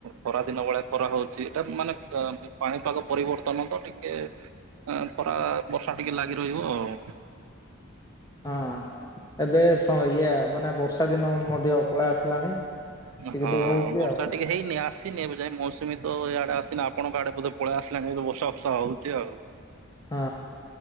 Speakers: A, on the right; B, on the left.
A: ଖରାଦିନ ବେଳା କରାହଉଛି ଏଇଟା ମାନେ ପ ପାଣିପାଗ ପରିବର୍ତ୍ତନ ତ ଟିକେ ଖରା ବର୍ଷା ଟିକେ ଲାଗି ରହିବ ଆଉ।
B: ହଁ ଏବେ ସଇଏ ମାନେ ବର୍ଷା ଦିନ ମଧ୍ୟ ପଳେଇ ଆସିଲାଣି ଟିକେ
A: ହଁ
B: ଟିକେ ହଉଛି
A: ବର୍ଷା
B: ଆଉ
A: ଟିକେ ହେଇନି ଆସ ଆସିନି ଏବେ ଯାଇ ମୌସୁମୀ ତ ଏଇଆଡେ ଆସିନି ଆପଣଙ୍କ ଆଡେ ବଧେ ପଳେଇ ଆସିଲାଣି ଏ ବର୍ଷା ଫର୍ଷା ହଉଛି ଆଉ।
B: ହ।